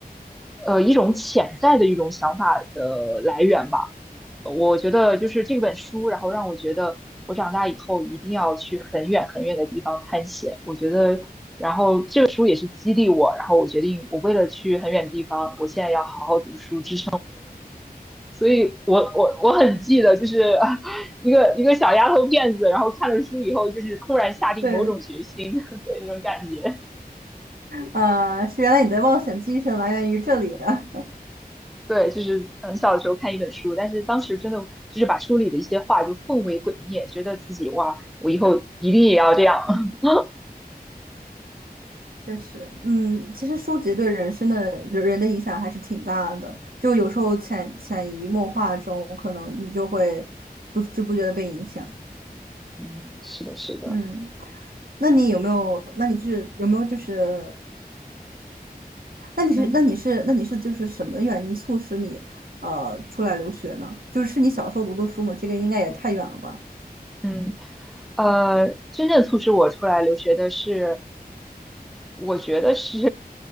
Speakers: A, in the centre; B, on the right.
A: 呃，一种潜在的一种想法的来源吧。呃我觉得就是这本书，然后让我觉得我长大以后一定要去很远很远的地方探险。我觉得这本书也是激励我，然后我决定我为了去很远的地方，我现在要好好读书，支所以我我我很记得，就是 <laughs> 啊一个一个小丫头片子，然后看了书以后，就是突然下定某种决心，
B: 对，
A: <laughs> 对那种感觉。
B: 呃，是原来你的冒险精神来源于这里啊。
A: 对，就是很小的时候看一本书，但是当时真的就是把书里的一些话就奉为圭臬，觉得自己哇，我以后一定也要这样。<laughs> 嗯
B: 确实，嗯，其实书籍对人生的人的影响还是挺大的，就有时候潜潜移默化中，可能你就会不知不觉的被影响。
A: 嗯，是的，是的，
B: 嗯，那你有没有？那你是有没有就是那你是那你是那你是就是什么原因促使你呃出来留学呢？
A: 嗯
B: 就是是你小时候读的书吗？这个应该也太远了吧？
A: 嗯，呃，真正促使我出来留学的是，我觉得是